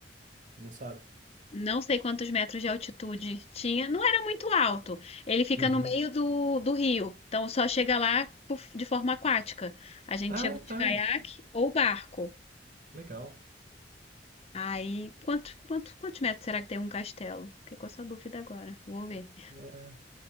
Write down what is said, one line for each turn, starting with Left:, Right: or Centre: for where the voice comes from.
Right: Não sabe?
Left: não sei quantos metros de altitude tinha, não era muito alto. Ele fica
Right: Uhum.
Left: no meio do, do rio, então só chega lá por- de forma aquática. A gente
Right: Ah,
Left: chegou de
Right: tá.
Left: caiaque ou barco.
Right: Legal.
Left: Aí, quanto, quanto, quantos metros será que tem um castelo? Fiquei com essa dúvida agora, vou ver.
Right: É.